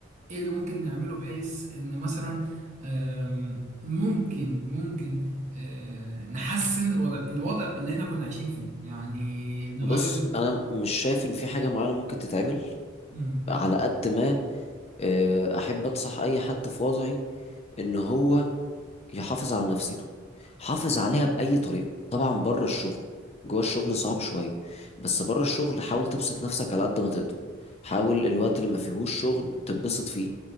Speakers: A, on the right (about 40°); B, on the left (about 30°).
A: ايه اللي ممكن نعمله بحيث ان مثلا آم، ممكن ممكن آه، نحسن الوضع الوضع اللي احنا كنا عايشين فيه يعني نغير
B: بص أنا مش شايف إن في حاجة معينة ممكن تتعمل
A: مم.
B: على قد ما آه، أحب أنصح أي حد في وضعي إن هو يحافظ على نفسيته حافظ عليها بأي طريقة طبعا بره الشغل جوه الشغل صعب شوية بس بره الشغل حاول تبسط نفسك على قد ما تقدر حاول الوقت اللي ما فيهوش شغل تتبسط فيه